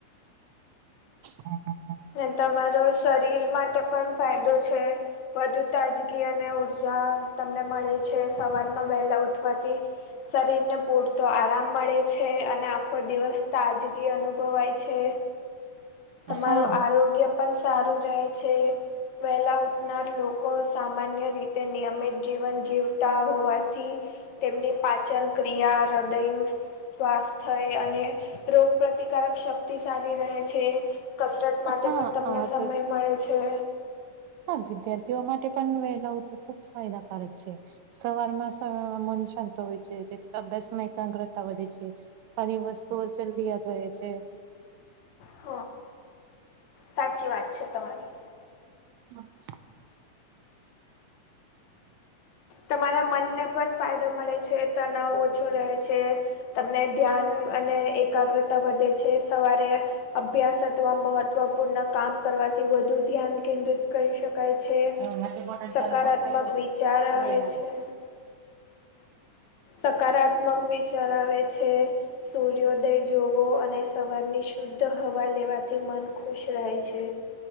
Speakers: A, on the right; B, on the left.
A: હા હા.
B: ને તમારો શરીર માટે પણ ફાયદો છે. વધુ તાજગી અને ઉર્જા તમને મળે છે સવારમાં વહેલા ઉઠવાથી શરીરને પૂરતો આરામ મળે છે અને આખો દિવસ તાજગી અનુભવાય છે. મારું
A: હા
B: આરોગ્ય પણ સારું રહે છે. વહેલા ઉઠનાર લોકો સામાન્ય રીતે નિયમિત જીવન જીવતા હોવાથી તેમની પાચન ક્રિયા હૃદયનું શ્વાસ થઈ અને રોગ પ્રતિકારક શક્તિ સારી રહે છે. કસરત માટે
A: હા
B: પણ તમને
A: આ
B: સમય
A: તો
B: મળે છે.
A: હા વિદ્યાર્થીઓ માટે પણ વેલા ઉઠવુ ખુબ ફાયદાકારક છે. સવારમાં સમયમાં મન શાંત હોય છે જેથી અભ્યાસમાં એકાગ્રતા વધે છે. આની વસ્તુઓ જલ્દી યાદ રહે છે.
B: હ સાચી વાત છે તમારી.
A: અચ્છા.
B: તમારા મનને પણ ફાયદો મળે છે તનાવ ઓછો રહે છે. તમને ધ્યાન અને એકાગ્રતા વધે છે સવારે અભ્યાસ અથવા મહત્વપૂર્ણ કામ કરવાથી વધુ ધ્યાન કેન્દ્રિત કરી શકાય છે.
A: હે નેચે બટન
B: સકારાત્મક
A: ચાલુ કર હો છે
B: વિચાર આવે
A: નહી હાયે.
B: છે સકારાત્મક વિચાર આવે છે સૂર્યોદય જોવો અને સવારની શુદ્ધ હવા લેવાથી મન ખુશ રહે છે.